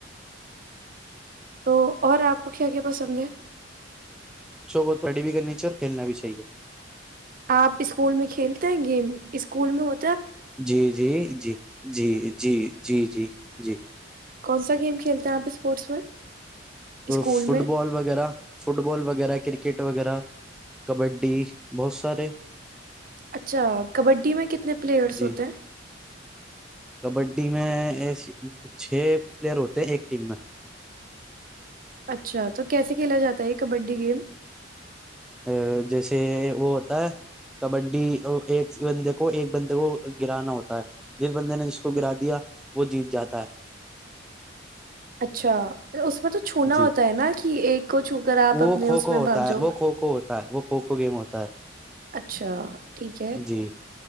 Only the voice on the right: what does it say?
تو اور آپ کو کیا کیا پسند ہے
آپ اسکول میں کھیلتے ہیں گیم اسکول میں ہو
کون سا گیم کھیلتے ہیں آپ اسپورٹس میں
اسکول
میں
اچھا کبڈی میں کتنے پلیئرس
ہوتے ہیں
اچھا تو کیسے کھیلا جاتا ہے یہ کبڈی گیم
اچھا اس میں تو چھونا
ہوتا ہے نا کہ ایک کو چھو کر آپ
اپنے
اس میں
بھاگ
جاؤ
اچھا ٹھیک ہے